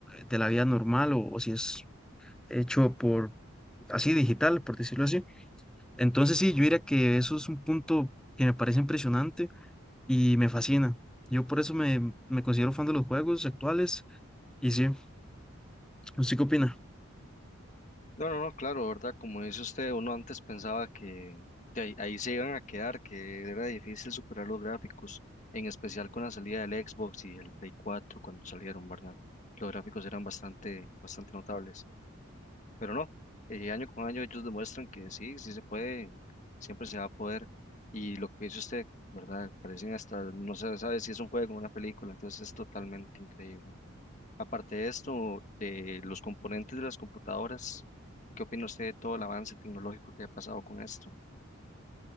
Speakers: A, in the centre; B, on the left.
A: de la vida normal o, o si es hecho por así digital, por decirlo así. Entonces sí, yo diría que eso es un punto que me parece impresionante y me fascina. Yo por eso me, me considero fan de los juegos actuales y sí, ¿usted qué opina?
B: No, no, no, claro, ¿verdad? Como dice usted, uno antes pensaba que de ahí, ahí se iban a quedar, que era difícil superar los gráficos, en especial con la salida del Xbox y el Play cuatro cuando salieron, ¿verdad? Los gráficos eran bastante, bastante notables. Pero no, eh, año con año ellos demuestran que sí, sí se puede y siempre se va a poder. Y lo que dice usted, ¿verdad? Parecen hasta, no se sabe si es un juego o una película, entonces es totalmente increíble. Aparte de esto, de los componentes de las computadoras, ¿qué opina usted de todo el avance tecnológico que ha pasado con esto?